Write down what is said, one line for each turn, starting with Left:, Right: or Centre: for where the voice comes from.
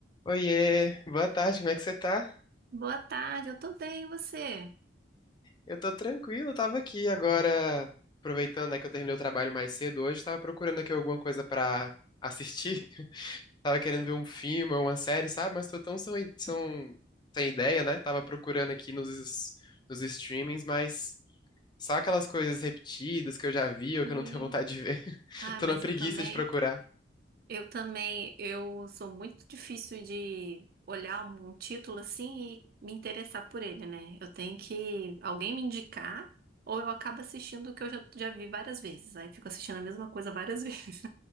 Left: Oiê, boa tarde, como é que você tá?
Right: Boa tarde, eu tô bem, e você?
Left: Eu tô tranquilo, tava aqui agora, aproveitando, né, que eu terminei o trabalho mais cedo hoje, tava procurando aqui alguma coisa pra assistir. <laughs> Tava querendo ver um filme ou uma série, sabe? Mas tô tão sem, são- sem ideia, né? Tava procurando aqui nos, nos streamings, mas só aquelas coisas repetidas que eu já vi ou
Right: E
Left: que eu não tenho vontade de ver. <laughs>
Right: Ah,
Left: Tô
Right: mas
Left: na preguiça
Right: eu também,
Left: de procurar.
Right: eu também, eu sou muito difícil de olhar um título assim e me interessar por ele, né? Eu tenho que alguém me indicar ou eu acabo assistindo o que eu já, já vi várias vezes. Aí fico assistindo a mesma coisa várias <laughs> vezes.